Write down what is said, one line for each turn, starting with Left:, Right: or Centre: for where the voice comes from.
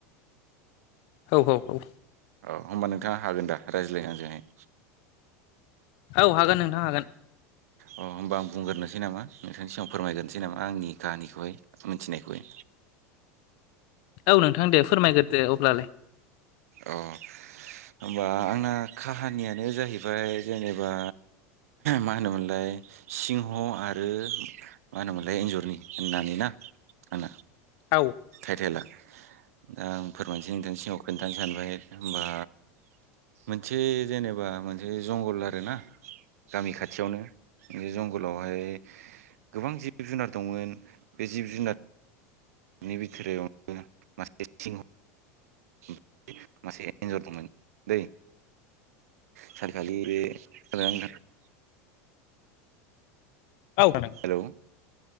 Left: औ औ औ।
Right: औ होमबा नोंथाङा हागोन दा रायज्लायनो आंजोंहाय?
Left: औ हागोन नोंथां हागोन।
Right: अ होमबा आं बुंग्रोनोसै नामा नोंथांनि सिगाङाव फोरमायग्रोनोसै नामा आंनि काहानिखौहाय मिथिनायखौहाय।
Left: औ नोंथां दे फोरमायग्रोदो अब्लालाय।
Right: अ। होमबा आंना काहानियानो जाहैबाय जेनेबा मा होनोमोनलाय सिंह आरो मा होनोमोनलाय एन्जरनि होननानै ना आंना।
Left: औ।
Right: टाइटेला दा आं फोरमानसे नोंथां सिगङाव खोन्थानो सानबाय होनबा मोनसे जेनेबा मोनसे जंगल आरो ना? गामि खाथियावनो बे जंगलावहाय गोबां जिब जुनार दंमोन बे जिब जुनार बे बिथोरावनो मासे सिंह <inaudible> मसे एन्जर दंमोन दै सारखालि बे रां
Left: औ खोनादों।
Right: हेलौ